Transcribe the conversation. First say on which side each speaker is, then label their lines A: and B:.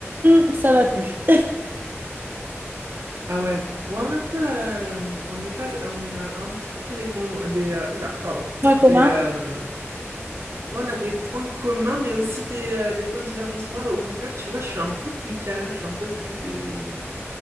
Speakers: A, on the right; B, on the right.
A: mhm, ça va plus. <laughs>
B: Ah ouais. Ouais, on a un peu, euh, on n'est pas, on a un petit peu des con, des, euh, oula, pardon,
A: Point commun,
B: des, euh, ouais, on a des points communs, mais aussi des, euh, des points de divergence. Moi, au contraire, tu vois, je suis un peu plus calme, je suis un peu plus